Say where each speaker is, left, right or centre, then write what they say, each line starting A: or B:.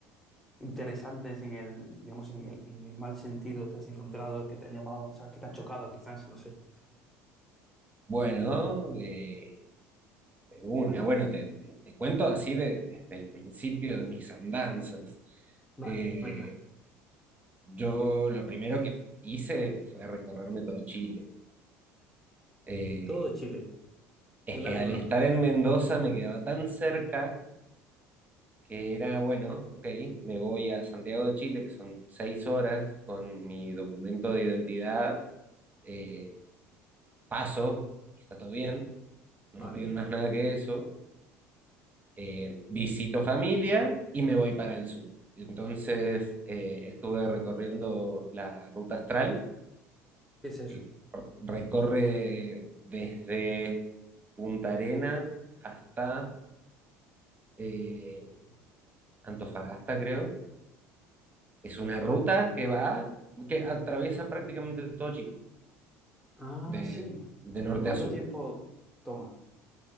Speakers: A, in the centre; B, on the right.
A: interesantes en el, digamos, en el, en el mal sentido te has encontrado, que te han llamado, sabes, que te han chocado quizás, no sé.
B: Bueno, eh, una, bueno, te, te cuento así de- desde el principio de mis andanzas.
A: Vale,
B: Eh,
A: venga.
B: yo lo primero que hice fue recorrerme todo Chile. Eh,
A: Todo Chile.
B: es
A: Muy largo,
B: que al
A: ¿no?
B: estar en Mendoza me quedaba tan cerca que era, bueno, ok, me voy a Santiago de Chile, que son seis horas, con mi documento de identidad, eh, paso, y está todo bien, no
A: Vale.
B: me piden más nada que eso, eh, visito familia y me voy para el sur. Entonces eh, estuve recorriendo la ruta astral,
A: ¿Qué es eso?
B: que recorre desde Punta Arena hasta eh, Antofagasta, creo Es una ruta que va, que atraviesa prácticamente todo Chile,
A: Ah,
B: de,
A: sí.
B: de norte
A: ¿Y cuánto
B: a sur.
A: tiempo toma?